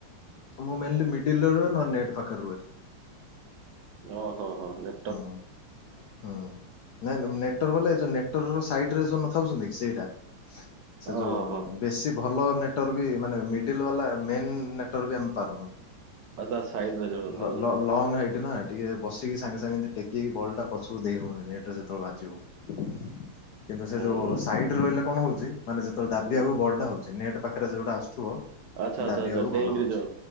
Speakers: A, on the left; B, on the right.
A: ମୁଁ ମେନଲି ମିଡ଼ିଲ ରହେ ନେଟ୍ ପାଖରେ ରୁହେ।
B: ଓହୋ ହୋ ନେ
A: ହଁ ହୁଁ ନାଇଁ ନାଇଁ ମୁଁ ନେଟୱାର ବଲେ ଏ ଯୋଉ ନେଟ। ଟୱାର ର ସାଇଟ ରେ ଯୋଉ ନଥାଉଛନ୍ତି ସେଇଟା ସେ
B: ଓହୋ
A: ଯୋଉ।
B: ହୋ।
A: ବେଶୀ ଭଲ ନେଟୱାର୍କ ବି ମାନେ ମିଡିଲ ବାଲା ମେନ୍ ନେଟୱାର୍କ ବି ଆମେ ପାରୁନୁ।
B: ଆଉ ତା ସାଇଡରେ ଯୋଉ ଥାଉଛନ୍ତି
A: ଲ ଲ ଲଙ୍ଗ ହାଇଟ ନା। ଟିକେ ବସିକି ସାଙ୍ଗେ ସାଙ୍ଗେ ଏମିତି ଟେକି ହେଇକି ବଲ୍ ଟା ପଛକୁ ଦେଇ ହଉନି ନେଟରେ ଯେତେବେଳେ ବାଜିବ‌। କିନ୍ତୁ ସେ
B: ହୁଁ
A: ଯୋଉ ସାଇଡ ରହିଲେ କଣ ହଉଛି ମାନେ ଯେତବେଳେ ଡାବିଆକୁ
B: ହୁଁ,
A: ବଲଟା ହଉଛି ନେଟ। ପାଖରେ ଯଉଟା ଆସୁଥିବ।
B: ଆଚ୍ଛା ଆଚ୍ଛା
A: ଦାବିବାକୁ
B: ଆଚ୍ଛା ଡେଇଁକିରି
A: ଭଲ ହଉଛି
B: ଯୋଉ